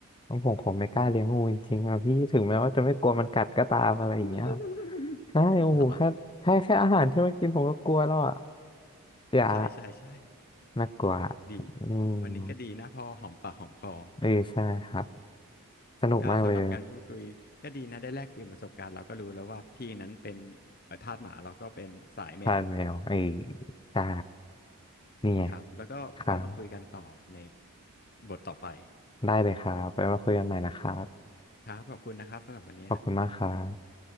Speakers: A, on the left; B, on the left.
A: แล้วผมคงไม่กล้าเลี้ยงงูจริงๆอะพี่ถึงแม้ว่าจะไม่กลัวมันกัดก็ตามอะไรอย่างเงี้ย
B: อืม <laughs>
A: ใช่โอ้โหแค่แค่แค่อาหารที่มันกินผมก็กลัวแล้วอะ
B: เหรอ
A: อย่า
B: ใช่ใช่ใช่
A: น่ากลัว
B: ดี
A: อืม
B: วันนี้ก็ดีนะพอหอมปากหอมคอ
A: เออใช่ครับสนุกมากเลย
B: ก็สำหรับการพูดคุยก็ดีนะได้แลกเปลี่ยนประสบการณ์เราก็รู้แล้วว่าพี่นั้นเป็นเอ่อทาสหมาเราก็เป็นสายแมว
A: ทานแมวเออใช่เนี่ย
B: ครับแล้วก็ไว้มาคุยกันต่อใน
A: ครับ
B: บทต่อไป
A: ได้เลยครับไปมาคุยกันใหม่นะครับ
B: ครับขอบคุณนะครับสำหรับวันนี้
A: ขอบคุณมากครับ